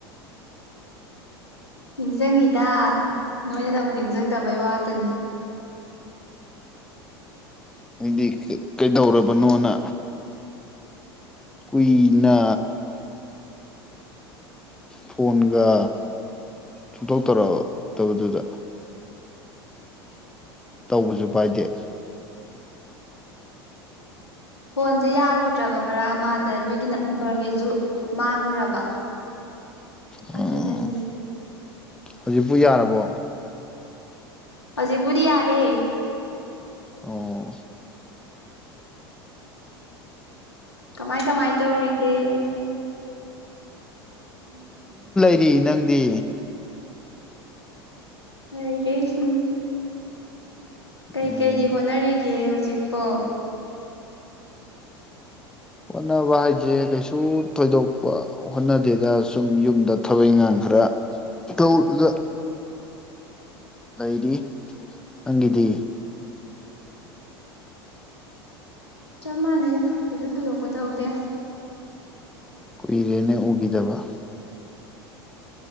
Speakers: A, on the left; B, in the centre.
A: ꯅꯤꯡꯁꯤꯡꯉꯤꯗ ꯅꯣꯏꯅꯇꯕꯨ ꯅꯤꯡꯁꯤꯡꯗꯕꯩ ꯋꯥꯇꯅꯤ
B: ꯏꯗꯤ ꯀꯩꯗꯧꯔꯕꯅꯣꯅ ꯀꯨꯏꯅ ꯐꯣꯟꯒ ꯆꯣꯡꯗꯣꯛ ꯇꯔꯛꯑꯛꯇꯕꯗꯨꯗ ꯇꯧꯕꯁꯨ ꯄꯥꯏꯗꯦ
A: ꯐꯣꯟꯁꯦ ꯌꯥꯔꯨꯗ꯭ꯔꯕ ꯃꯔꯛ ꯑꯃꯗ ꯅꯣꯏꯒꯤ ꯅꯝꯕꯔꯈꯩꯁꯨ ꯃꯥꯡꯉꯨꯔꯕ
B: ꯎꯝ
A: ꯑꯗꯨꯅꯅꯤ
B: ꯍꯧꯖꯤꯛꯄꯨ ꯌꯥꯔꯕ ꯣ
A: ꯍꯧꯖꯤꯛ ꯄꯨꯔꯤ ꯌꯥꯔꯦ
B: ꯑꯣ
A: ꯀꯃꯥꯏ ꯀꯃꯥꯏ ꯇꯧꯔꯤꯒꯦ ꯎꯝ ꯎꯝ
B: ꯑꯩꯗꯤ ꯅꯪꯗꯤ
A: ꯑ ꯁꯨꯝ ꯀꯩ
B: ꯎꯝ
A: ꯀꯩꯗꯤ ꯍꯣꯠꯅꯔꯤꯒꯦ ꯍꯧꯖꯤꯛ ꯆꯞꯄ
B: ꯍꯣꯠꯅꯕ ꯍꯥꯏꯁꯦ ꯀꯩꯁꯨ ꯊꯣꯏꯗꯣꯛꯄ ꯍꯣꯠꯅꯗꯦꯗ ꯁꯨꯝ ꯌꯨꯝꯗ ꯊꯕꯛ ꯏꯪꯈꯥꯡ ꯈꯔ ꯇꯧꯔꯒ ꯂꯩꯔꯤ ꯅꯪꯒꯤꯗꯤ
A: ꯆꯞ ꯃꯥꯟꯅꯩ ꯀꯩꯁꯨ ꯊꯣꯏꯗꯣꯛꯄ ꯇꯧꯗꯦ
B: ꯀꯣꯏꯔꯦꯅꯦ ꯎꯒꯤꯗꯕ